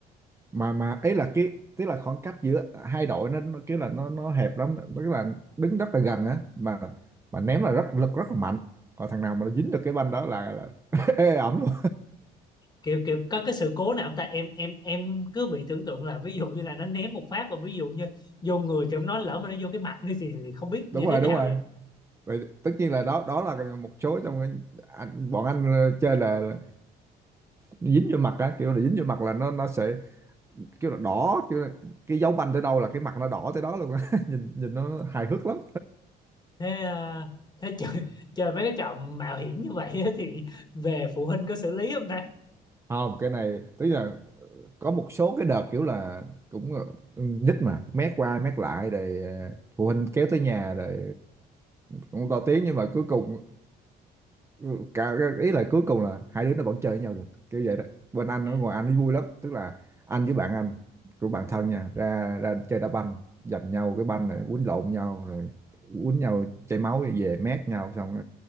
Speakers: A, on the right (about 15°); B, on the left (about 25°).
A: mà mà ấy là cái tức là khoảng cách giữa hai đội nó, nó kiểu là nó nó hẹp lắm nó cái là đứng rất là gần á mà mà ném là rất lực rất là mạnh còn thằng nào mà nó dính được cái banh đó là, là <laughs> ê ẩm luôn
B: kiểu kiểu có cái sự cố nào không ta em em em cứ bị tưởng tượng là ví dụ như là nó ném một phát và ví dụ như vô người thì em nói lỡ mà nó vô cái mặt đi thì, thì không biết như
A: đúng rồi
B: thế nào
A: đúng rồi
B: vậy
A: Vậy, tất nhiên là đó đó là một số trong cái- anh, bọn anh chơi là, là dính vô mặt á kiểu là dính vô mặt là nó nó sẽ kiểu là đỏ kiểu là, cái dấu banh tới đâu là cái mặt nó đỏ tới đó luôn á <laughs> nhìn nhìn nó hài hước lắm
B: thế ờ, thế <laughs> chơi, chơi mấy cái trò mạo hiểm như vậy á thì về phụ huynh có xử lý không ta
A: không cái này tức là có một số cái đợt kiểu là cũng là mà mét qua mét lại rồi ờ, phụ huynh kéo tới nhà rồi cũng to tiếng nhưng mà cuối cùng ừ, cả ý là cuối cùng là hai đứa nó vẫn chơi với nhau được kiểu vậy đó bên anh
B: Dạ.
A: ở ngoài anh ấy vui lắm tức là anh với bạn anh của bạn thân nha ra ra chơi đá banh giành nhau cái banh rồi quýnh lộn nhau rồi quýnh nhau chảy máu về mét nhau xong